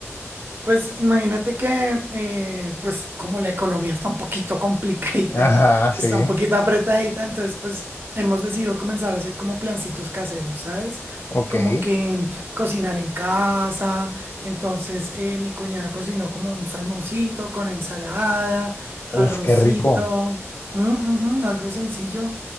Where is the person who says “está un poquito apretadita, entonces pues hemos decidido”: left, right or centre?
Right